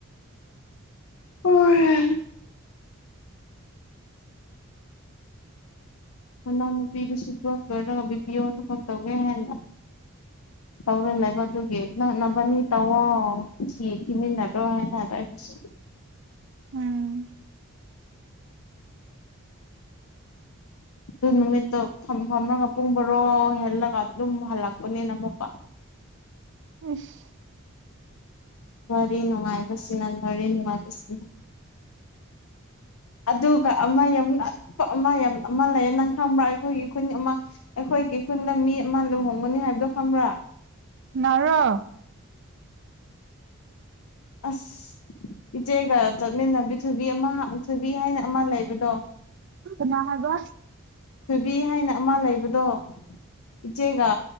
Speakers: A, on the left; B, on the right.
A: <unintelligible> ꯃꯅꯥꯎ ꯅꯨꯄꯤꯗꯨꯁꯨ ꯀꯣꯔ꯭ꯁ ꯂꯣꯏꯔꯒ ꯕꯤꯄꯤꯌꯣ ꯊꯕꯛ ꯇꯧꯒꯦ ꯍꯥꯏꯅ ꯇꯧꯔ ꯂꯩꯕ ꯑꯗꯨꯒꯤ ꯅꯛꯅꯕꯅꯤ ꯇꯧꯋꯣ ꯁꯤ ꯊꯤꯃꯤꯟꯅꯗ꯭ꯔꯣ ꯍꯥꯏꯅ ꯑꯩꯩꯅꯁꯨ
B: ꯎꯝ
A: ꯑꯗꯨ ꯅꯨꯃꯤꯠꯇꯣ ꯐꯝ ꯐꯝꯂꯒ ꯄꯨꯡ ꯕꯔꯣ ꯍꯦꯜꯂꯒ ꯑꯗꯨꯝ ꯍꯜꯂꯛꯄꯅꯤꯕ
B: ꯏꯁ
A: ꯋꯥꯔꯤ ꯅꯨꯡꯉꯥꯏꯕꯁꯤꯅ ꯋꯥꯔꯤ ꯅꯨꯡꯉꯥꯏꯕꯁꯤꯅ ꯑꯗꯨꯒ ꯑꯃ ꯌꯥꯝ ꯉꯥꯛꯄ ꯑꯃ ꯌꯥꯝ ꯑꯃ ꯂꯩꯌꯦ ꯅꯪ ꯈꯪꯕ ꯑꯩꯈꯣꯏꯒꯤ ꯈꯨꯟ ꯑꯃ ꯑꯩꯈꯣꯏꯒꯤ ꯈꯨꯟꯗ ꯃꯤ ꯑꯃ ꯂꯨꯍꯣꯡꯒꯅꯤ ꯍꯥꯏꯕꯗꯣ ꯈꯪꯕ꯭ꯔꯥ
B: ꯅꯥꯔꯣ
A: ꯑꯁ ꯏꯆꯦꯒ ꯆꯠꯃꯤꯟꯅꯕꯤ ꯊꯨꯕꯤ ꯑꯃ ꯊꯨꯕꯤ ꯍꯥꯏꯅ ꯑꯃ ꯂꯩꯕꯗꯣ
B: ꯀꯅꯥ ꯍꯥꯏꯕ
A: ꯊꯣꯏꯕꯤ ꯍꯥꯏꯅ ꯑꯃ ꯂꯩꯕꯗꯣ ꯏꯆꯦꯒ